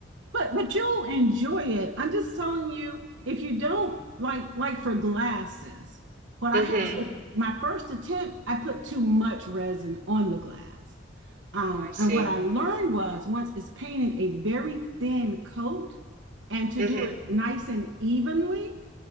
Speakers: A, on the right (about 80°); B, on the right (about 45°).
A: But but you'll enjoy it. I'm just telling you, if you don't like like for glasses, what
B: hmm
A: I had to my first attempt, I put too much resin on the glass. Um,
B: Oh, I see.
A: and what I learned was once it's painted a very thin coat, and to
B: hmm
A: do it nice and evenly